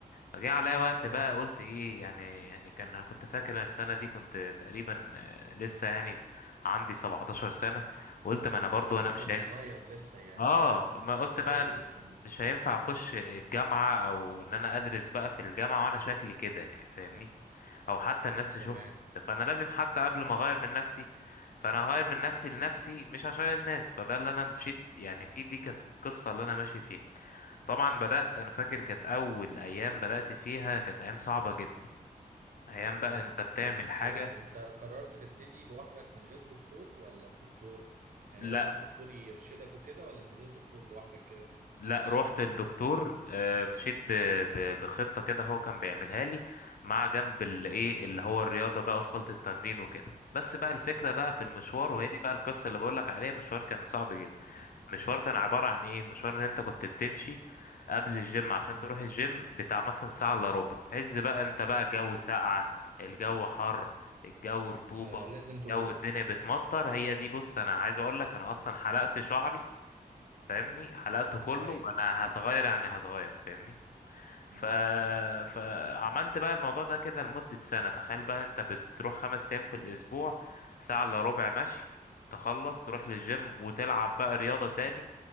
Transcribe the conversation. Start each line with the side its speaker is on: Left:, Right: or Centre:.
Left: فجه عليا وقت
Right: امم
Left: بقى قلت ايه يعني يعني كان انا كنت فاكر إن السنه دي كنت تقريبا آه، لسه يعني في عندي 17 سنه قلت ما انا برضو
Right: ده انت
Left: انا
Right: كنت
Left: مش هي...
Right: صغير لسه يعني
Left: اه ما
Right: كنت
Left: قلت
Right: صغير
Left: بقى أنا
Right: لسه مم.
Left: مش هينفع اخش الجامعه او ان انا ادرس بقى في الجامعه وانا شكلي كده يعني فاهمني او حتى الناس تشوفني
Right: تمام
Left: كده. فانا لازم حتى قبل ما اغير من نفسي فانا هغير من نفسي لنفسي مش عشان الناس فده اللي انا مشيت يعني في دي كانت القصه اللي انا ماشي فيها طبعا بدات انا فاكر كانت اول ايام بدات فيها كانت ايام صعبه جدا ايام بقى
Right: مم.
Left: انت بتعمل
Right: بس
Left: حاجه
Right: آه، انت قررت تبتدي لوحدك من غير دكتور ولا بدكتور يعني
Left: لا
Right: رحت للدكتور يرشدك وكده ولا من غير دكتور لوحدك كده
Left: لا روحت للدكتور آه، مشيت ب-
Right: مم.
Left: ب- بخطة كده هو كان بيعملها لي مع جنب الايه اللي هو الرياضة بقى وصلت التمرين وكده بس بقى الفكرة بقى في المشوار
Right: كويس
Left: وهي دي بقى القصة اللي بقولك عليها مشوار كان صعب جدا
Right: مم.
Left: مشوار كان عبارة عن ايه مشوار ان انت كنت بتمشي قبل الجيم عشان
Right: مم.
Left: تروح الجيم بتاع مثلا ساعة الا ربع في عز بقى انت بقى الجو ساقعة الجو حر الجو رطوبة
Right: ما لازم
Left: الجو
Right: تروح
Left: الدنيا بتمطر هي دي بص انا عايز اقولك انا اصلا حلقت شعري فاهمني حلقته كله
Right: ايوه
Left: وانا هتغير يعني هتغير فاهمني
Right: مم.
Left: ف... فعملت بقى الموضوع ده كده لمدة سنة تخيل بقى انت بتروح خمس ايام في الاسبوع ساعة الا ربع مشي تخلص تروح للجيم وتلعب بقى رياضة تاني